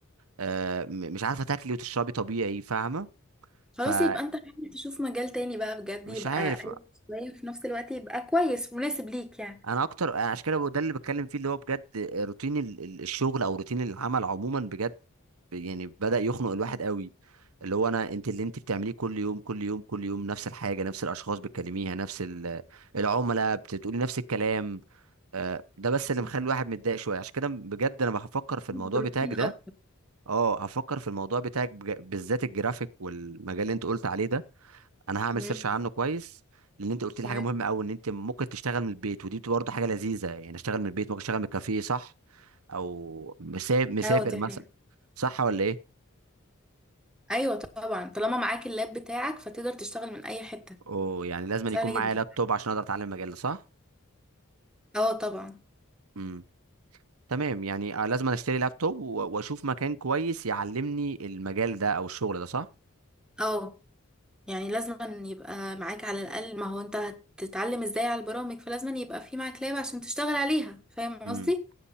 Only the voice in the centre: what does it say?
خلاص
يبقى انت حاول تشوف مجال تاني بقى بجد يبقى
قريب شوية وفي نفس الوقت يبقى كويس مناسب ليك يعني
مم.
بروتين
اكتر
مم.
تمام.
اه دي
حقيقة
ايوه طبعا طالما معاك اللاب بتاعك فتقدر تشتغل من اي حتة
سهل
جدا
اه طبعا
اه يعني لازم أن يبقى معاك على الأقل ما هو انت هتتعلم ازاي على البرامج فلازم أن يبقى في معاك لاب عشان تشتغل عليها فاهم قصدي؟